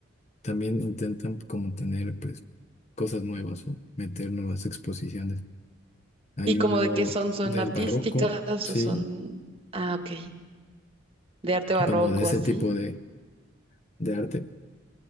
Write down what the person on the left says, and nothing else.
también intentan como tener pues cosas nuevas o meter nuevas exposiciones. Hay
uno
del
barroco, sí,
como de ese
tipo de, de arte